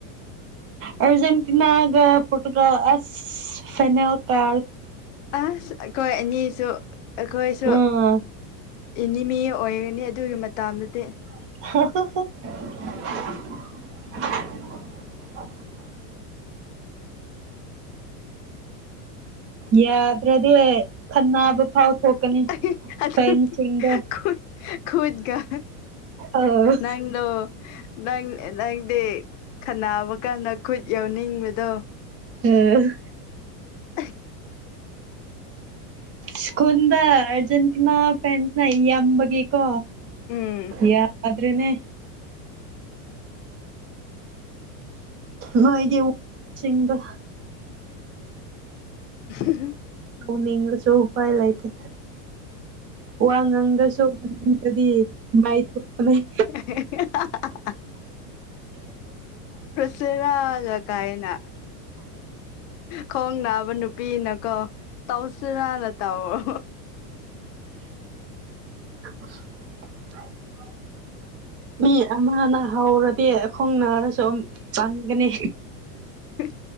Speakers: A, on the right; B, on the left.
A: ꯑꯔꯖꯦꯟꯇꯤꯅꯥꯒ ꯄꯣꯇꯨꯒ ꯑꯁ ꯐꯅꯦꯜ ꯀꯥ
B: ꯑꯁ ꯑꯩꯈꯣꯏ ꯑꯅꯤꯁꯨ ꯑꯩꯈꯣꯏꯁꯨ
A: ꯎꯝ
B: ꯑꯦꯅꯤꯃꯤ ꯑꯣꯏꯒꯅꯤ ꯑꯗꯨꯒꯤ ꯃꯇꯥꯡꯗꯗꯤ
A: <inaudible> ꯌꯥꯗ꯭ꯔꯗꯤ ꯈꯟꯅꯕ ꯐꯥꯎ ꯊꯣꯛꯀꯅꯤ
B: ꯐ ꯑꯗꯨꯣꯏ
A: ꯐꯦꯟꯁꯤꯡꯗꯣ
B: ꯈꯣꯏꯠꯒ
A: ꯑꯥ
B: ꯅꯪꯅꯣ ꯅꯪ ꯅꯪꯗꯤ ꯈꯅꯥꯕ ꯀꯥꯟꯗ ꯈꯨꯠ ꯌꯥꯎꯅꯤꯡꯕꯗꯣ
A: ꯎꯝ
B: ꯍ
A: ꯁ꯭ꯀꯨꯜꯗ ꯑꯔꯖꯦꯟꯇꯤꯅꯥ ꯐꯦꯟꯁꯅ ꯏꯕꯒꯤꯀꯣ
B: ꯎꯝ
A: ꯌꯥꯗ꯭ꯔꯦꯅꯦ ꯃꯣꯏꯒꯤ ꯋꯥꯁꯤꯡꯗ
B: ꯎ
A: ꯑꯅꯤꯡꯁꯨ ꯎꯄꯥꯏ ꯂꯥꯏꯇ ꯋꯥ ꯉꯥꯡꯗ꯭ꯔꯁꯨ ꯋꯥꯪꯗꯗꯤ ꯃꯥꯏꯊꯄꯅꯩ
B: <inaudible> ꯆꯔꯥꯒ ꯀꯥꯏꯅ ꯈꯣꯡ ꯅꯥꯕ ꯅꯨꯄꯤꯅꯀꯣ ꯇꯧꯁꯤꯔꯥꯂ ꯇꯑꯣꯣ
A: <inaudible> ꯃꯤ ꯑꯃꯅ ꯍꯧꯔꯗꯤ ꯈꯣꯡ ꯅꯥꯔꯁꯨ ꯆꯪꯒꯅꯤ
B: ꯎ